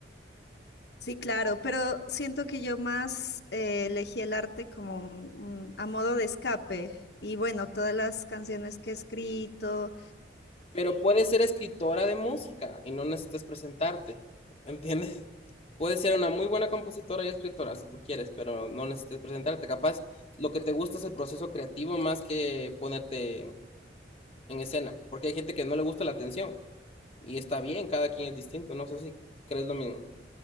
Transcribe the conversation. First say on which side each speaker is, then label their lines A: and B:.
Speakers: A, on the left; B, on the left.
A: Sí, claro, pero siento que yo más eh, elegí el arte como un- un- a modo de escape. Y bueno, todas las canciones que he escrito
B: Pero puedes ser escritora de música y no necesitas presentarte, ¿entiendes? <laughs> Puedes ser una muy buena compositora y escritora si tú quieres, pero no necesitas presentarte. Capaz lo que te gusta es el proceso creativo más que ponerte en escena, porque hay gente que no le gusta la atención y está bien, cada quien es distinto, no sé si crees lo mismo.